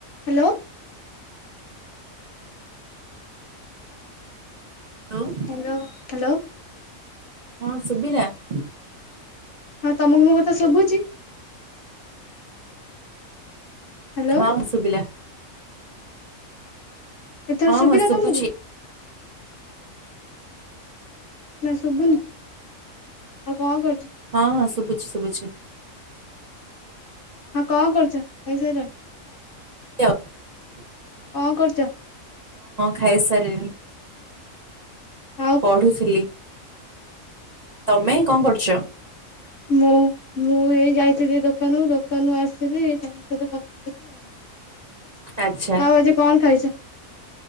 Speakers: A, on the left; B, on the right.
A: Hello?
B: Hello
A: hello hello.
B: ହଁ ଶୁ?
A: ହଁ ତମକୁ ମୋ କଥା ଶୁଭୁଛି? ହ୍ୟାଲୋ
B: ହଁ ସୁବିଲା।
A: ଏଥର
B: ହଁ
A: ସୁବିଲା
B: ହଁ ଶୁଭୁଛି
A: ତମକୁ? ନା ଶୁଭୁନି। ଆଉ କଣ କରୁ
B: ହଁ ହଁ ଶୁଭୁଛି ଶୁଭୁଛି।
A: ହଁ କଣ କରୁଛ ଖାଇସାରିଲଣି?
B: <unintelligible>
A: କଣ କରୁଛ?
B: ଖାଇ ସାରିଲିଣିି।
A: ଆଉ
B: ପଢୁଥିଲି, ତମେ କଣ କରୁଛ?
A: ମୁଁ ମୁଁ ଏଇ ଯାଇଥିଲି ଦୋକାନରୁ ଦୋକାନରୁ ଆସିଲି ତାଙ୍କ ସହିତ କଥା ହଉଛି ଆଉ।
B: ଆଚ୍ଛା
A: ଆଉ ଆଜି କଣ ଖାଇଛ?